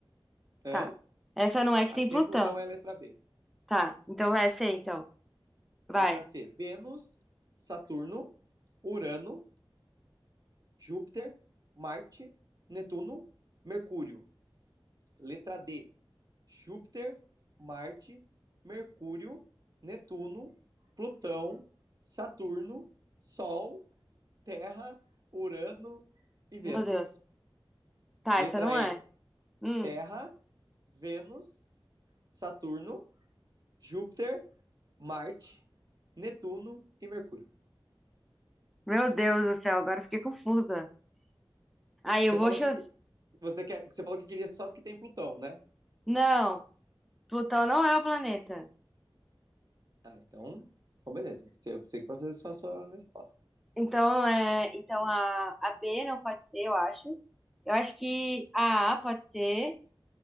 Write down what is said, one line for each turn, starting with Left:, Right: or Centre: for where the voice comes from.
Right: hã?
Centre: Tá. Essa não é que
Right: Aqui
Centre: tem
Right: tem
Centre: Plutão.
Right: Plutão, é a letra B.
Centre: Tá, então vai ser então. Vai.
Right: Letra C, Vênus, Saturno, Urano, Júpiter, Marte, Netuno, Mercúrio. Letra D, Júpiter, Marte, Mercúrio, Netuno, Plutão, Saturno, Sol, Terra, Urano e Vênus.
Centre: Meu Deus. Tá,
Right: Letra
Centre: essa não é.
Right: E,
Centre: Hum.
Right: Terra, Vênus, Saturno, Júpiter, Marte, Netuno e Mercúrio.
Centre: Meu Deus do céu, agora eu fiquei confusa. Aí
Right: Você
Centre: eu vou
Right: falou
Centre: chutar.
Right: que que- você quer, você falou que queria só as que tem Plutão, né?
Centre: Não, Plutão não é o planeta.
Right: Ah, então, então beleza. Você você que vai fazer só a sua resposta.
Centre: Então é, então a, a B não pode ser, eu acho. Eu acho que a A pode ser.